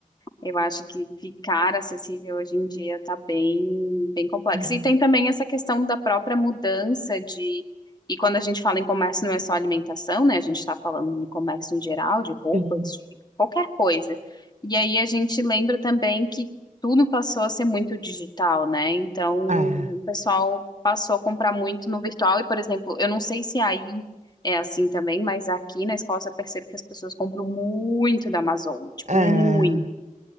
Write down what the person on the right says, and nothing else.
É, é,
sim,
é,
é.